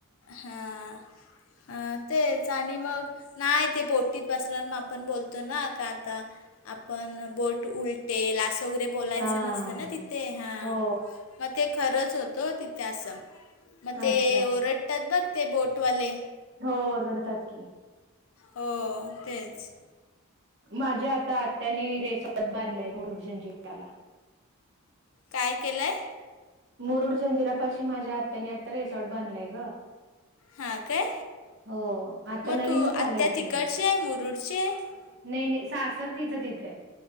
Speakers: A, on the left (about 65°); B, on the right (about 50°).
A: हां तेचं आणि मगं. नाहीं ते बोटीतं बसलं मगं आपणं बोलतो नां कां आता. आपणं बोट उलटील असं वगैरें. बोलायचं
B: हा.
A: नसतं ना तिथे हा
B: हो.
A: मग ते खरंच होतो तिथे असं. म ते
B: अच्छा.
A: ओरडतात बघं ते बोटवाले.
B: हो ओरडतात की.
A: हो तेचं.
B: माझ्या आता आत्यांनी रेसॉर्ट बांधलेय गुरुजंजीटयांला.
A: कायं केलंय.
B: मुरुड जंजिरयांपाशी माझ्या आत्यांनी आता रिसॉर्ट बनलांय गं.
A: हां काय
B: हो आता
A: मग
B: नवीनचं
A: तू
B: आलंय
A: आत्या
B: ओपनिंग.
A: तिकडची आहे मुरुडची आहे
B: नाहीं नाहीं सासर तिचं तिथं आहे.